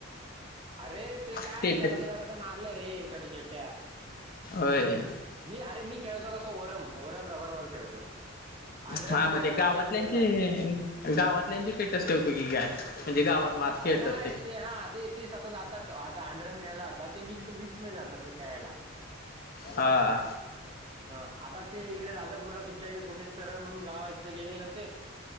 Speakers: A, on the right; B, on the left.
A: अरे ते काय
B: स्टेटस
A: जरासा जरासा मारलं रे छोट्या छोट्या
B: होय
A: मी अरे मी खेळतो कसो ओरम ओरम रबर बॉल खेळतो. अंडरम
B: हा
A: मध्ये
B: मग
A: एवढा
B: ते गावातल्याची
A: माझा चेहरा आहे
B: गावातल्यांची स्टेटस ठेवतो की काय. म्हणजे गावात मार खेळतात
A: अरे नाही ते हा ते ते स्वतः जात आता अंडरम ख्यायलाता ते मिक्स. मिक्स म जातात ते खेळायला.
B: हा
A: हा आता ते इकडे राजापूरला तुमच्या इथे छोे तरळ म्हणून गाव आहे तथे गेले नव्हते.